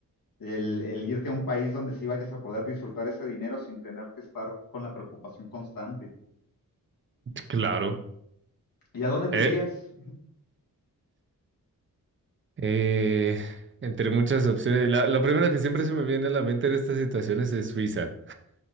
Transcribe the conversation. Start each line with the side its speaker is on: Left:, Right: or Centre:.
Left: el, el irte a un país donde sí vayas a poder disfrutar ese dinero sin tener que estar con la preocupación constante.
Right: Claro.
Left: ¿Y a dónde te
Right: Eh,
Left: irías?
Right: eh, entre muchas opciones. La, la primera que siempre se me viene a la mente en estas situaciones es Suiza.